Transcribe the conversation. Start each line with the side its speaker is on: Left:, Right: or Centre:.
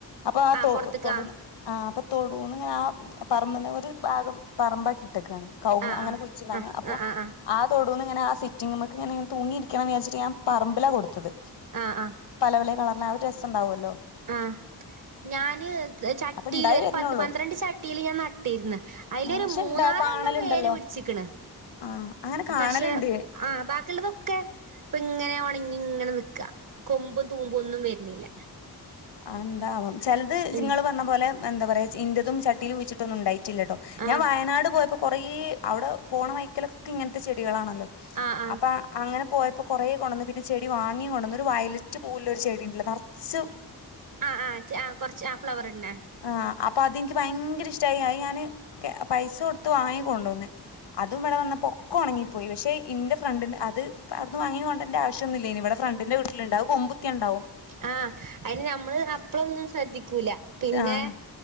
Left: അപ്പ ആ
Right: ആഹ്
Left: തൊട്
Right: പൊറത്ത്ക്ക്
Left: തൊടൂന്ന്
Right: ആഹ്
Left: ആ അപ്പതൊടൂന്ന്ങ്ങനെ ആ പറമ്പ്ന്ന് ഒരു ഭാഗം പറമ്പാക്കിട്ടെക്കാണ് കൗങ്
Right: ആഹ്
Left: അങ്ങനെ കുഴിച്ചിടാന്
Right: ആഹ്
Left: അപ്പൊ
Right: ആഹ് ആഹ് ആഹ്
Left: ആ തൊടൂന്ന്ങ്ങനെ ആ സിറ്റിംങ്ങ്മ്മക്ക്ങ്ങനെ ഇങ്ങനെ തൂങ്ങിരിക്കണംന്ന് വിചാരിച്ചിട്ട് ഞാ പറമ്പില കൊടുത്തത്
Right: ആഹ് ആഹ്.
Left: പല പലേ കളർലെ ആ ഒര് രസണ്ടാവല്ലോ.
Right: ആഹ് ഞാന് ചട്ടീല്
Left: അപ്പൊ ഇണ്ടായി
Right: ഒരു
Left: വരണള്ളൂ
Right: പത്ത് പന്ത്രണ്ട് ചട്ടീല് ഞാൻ നട്ടിര്ന്ന് അയില്
Left: ആ
Right: ഒരു
Left: പക്ഷെ
Right: മൂന്നാല്
Left: ഇണ്ടാ കാണലുണ്ടല്ലോ
Right: എണ്ണം വേര് പിടിച്ചിക്ക്ണ്.
Left: ആഹ് അങ്ങനെ കാണല്ണ്ട്
Right: പക്ഷെ ആ ഭാക്കി ഇള്ളത് ഒ ക്കെ ഇപ്പ ഇങ്ങനെ ഒണങ്ങി ഇങ്ങനെ നിക്കാ കൊമ്പും തൂമ്പും ഒന്നും വെർണീല്ല.
Left: അഹ് എന്താവോം ചെൽത് ജ്
Right: ഉം
Left: ഇങ്ങള് പറഞ്ഞ പോലെ എന്ത പറയാ ഇന്റതും ചട്ടീല് കുയ്ച്ചി തൊന്നും ഇണ്ടായിറ്റില്ലട്ടോ ഞാൻ
Right: ആഹ്
Left: വയനാട് പോയപ്പോ കൊറേ അവിടെ പോണ വൈക്കലൊക്കെ ഇങ്ങൻത്തെ ചെടികളാണല്ലോ.
Right: ആഹ് ആഹ്
Left: അപ്പാ അങ്ങനെ പോയപ്പോ കൊറേ കൊണ്ടന്ന് പിന്നെ ചെടി വാങ്ങീയിം കൊണ്ടന്ന് ഒരു വയലറ്റ് പൂവ് ഇല്ലൊരു ചെടി ഇണ്ടല്ലോ നർച്ച്
Right: ആഹ് ആഹ് ചേ ആഹ് കൊർച്ച് ആഹ് ഫ്ലവർൻണെ
Left: ആഹ് അപ്പ അത് ഇൻക്ക് ഭയങ്കര ഇഷ്ടായി അയ് ഞാന് പൈസ കൊട്ത്ത് വാങ്ങി കൊണ്ടോന്ന് അതും ഇബട വന്നപ്പ് പൊക്ക ഒണങ്ങിപ്പോയി പക്ഷെ ഇന്റെ ഫ്രണ്ടിന്റെ അത് അവ്ട്ന്ന് വാങ്ങി കൊണ്ടേര്ണ്ട ആവിശ്യോന്നും ഇല്ലേനി ഇവടെ ഫ്രണ്ട് ന്റെ വീട്ടിലുണ്ട് അഹ് കൊമ്പുത്യ ഇണ്ടാവും.
Right: ആഹ് അത് ഞമ്മള് അപ്പളൊന്നും ശ്രദ്ധിക്കൂല പിന്നെ
Left: ആഹ്